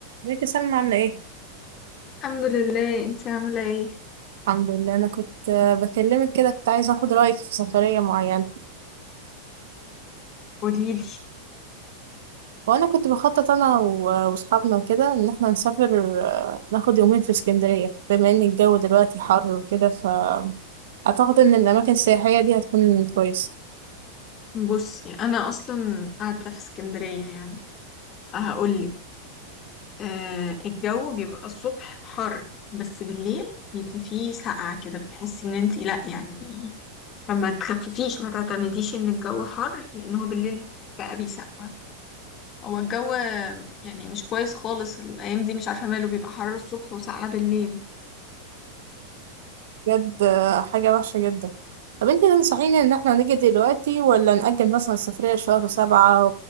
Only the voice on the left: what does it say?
الحمد لله انت عاملة ايه
قوليلي
بصي انا اصلا قاعدة في اسكندرية يعني فهقولك آه الجو بيبقى الصبح حر بس بالليل بيبقى فيه سقعة كده بتحسي ان انت لا يعني فما تخففيش ما تعتمديش ان الجو حر لان هو بالليل بقى بيسقع هو الجو يعني مش كويس خالص الايام دي مش عارفة ماله بيبقى حر الصبح وسقعة بالليل